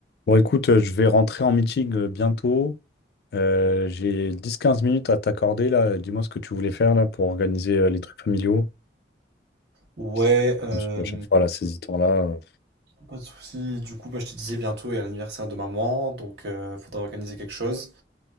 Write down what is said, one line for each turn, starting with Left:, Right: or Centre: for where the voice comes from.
Left: Bon, écoute, euh, je vais rentrer en meeting euh, bientôt. Euh, j'ai dix quinze minutes à t'accorder là. Dis-moi ce que tu voulais faire là pour organiser euh, les trucs familiaux.
Right: Ouais,
Left: Parce que
Right: euh,
Left: ensuite, à chaque fois, là, ces histoires-là. euh,
Right: pas de souci. Du coup, bah, je te disais bientôt, il y a l'anniversaire de maman, donc euh, faudra organiser quelque chose.